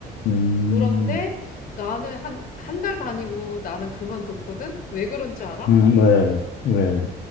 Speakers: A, on the left (about 65°); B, on the left (about 50°).
A: 음,
B: 그런데 나는 한, 한 달 다니고 나는 그만뒀거든? 왜 그런 줄 알아?
A: 음, 왜, 왜,